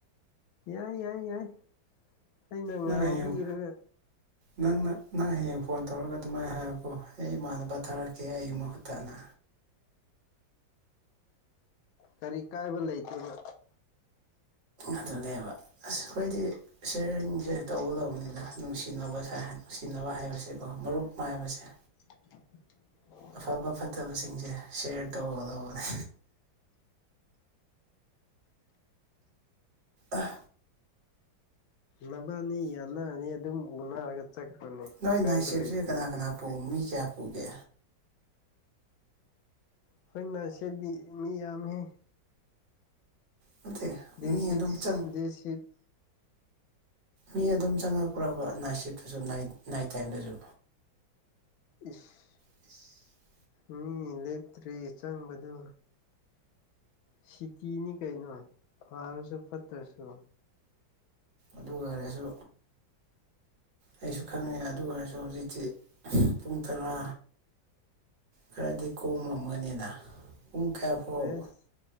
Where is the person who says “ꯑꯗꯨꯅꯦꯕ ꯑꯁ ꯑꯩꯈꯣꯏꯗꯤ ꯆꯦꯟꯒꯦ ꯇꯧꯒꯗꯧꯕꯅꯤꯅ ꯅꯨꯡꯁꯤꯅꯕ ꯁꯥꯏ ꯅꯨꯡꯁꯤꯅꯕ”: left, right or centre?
Right